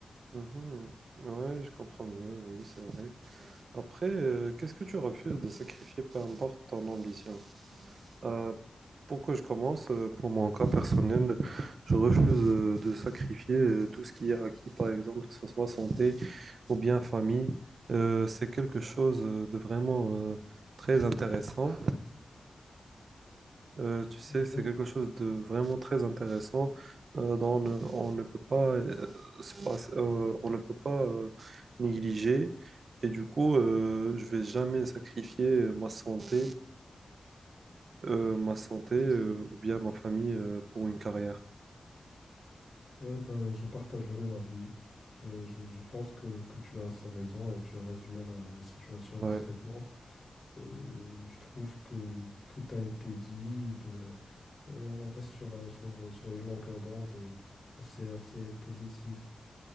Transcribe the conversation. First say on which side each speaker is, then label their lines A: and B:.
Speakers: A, on the right; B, on the left.
A: Mhm. Ouais, je comprends mieux, oui, c'est vrai. Après, euh, qu'est-ce que tu refuses de sacrifier, peu importe ton ambition? Euh, pour que je commence, euh, pour mon cas personnel, je refuse euh, de sacrifier euh, tout ce qui est acquis, par exemple, que ce soit santé ou bien famille. Euh, c'est quelque chose euh, de vraiment euh, très intéressant. Euh, tu sais,
B: Mhm.
A: c'est quelque chose de vraiment très intéressant euh, dont on ne, on ne peut pas, euh, se passer- euh, on ne peut pas euh, négliger. Et du coup, euh, je vais jamais sacrifier euh, ma santé euh, ma santé euh, ou bien ma famille euh, pour une carrière.
B: Ouais, bah je partage le même avis. Ben, je, je pense que, que tu as assez raison et tu as résumé la, la situation
A: Ouais.
B: parfaitement. Euh, je trouve que tout a été dit. ben, euh, on reste sur, un- sur, sur une longueur d'onde euh, assez, assez positive.